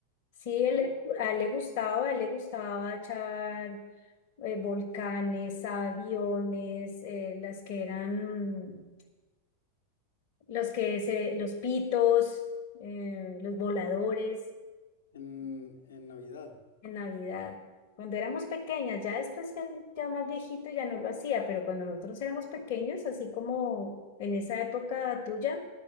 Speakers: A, on the left (about 45°); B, on the left (about 65°).
A: sí,
B: ¿Cómo?
A: él, a él le gustaba, a él le gustaba echar eh, volcanes, aviones, eh, las que eran mm, los que se, los pitos, eh, los voladores.
B: En, en Navidad.
A: en Navidad. Cuando éramos pequeñas, ya después él ya más viejito ya no lo hacía, pero cuando nosotros éramos pequeños, así como en esa época tuya,